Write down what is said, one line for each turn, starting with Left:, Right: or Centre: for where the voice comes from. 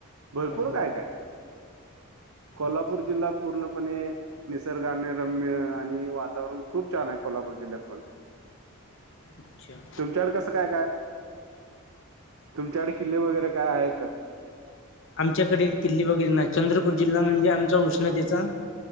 Right: भरपूर
Left: हां.
Right: काय काय कोल्हापूर
Left: अच्छा
Right: जिल्हा पूर्णपणे निसर्गाने रम्य आणि वातावरण खूप छान आहे कोल्हापूर जिल्ह्यात पण
Left: अच्छा
Right: तुमच्याकडे कसं काय काय तुमच्याकडे किल्ले वगैरे काय आहेत का?
Left: आमच्याकडे किल्ली बघितर नाही चंद्रपूर जिल्हा म्हणजे आमचा उष्णतेचा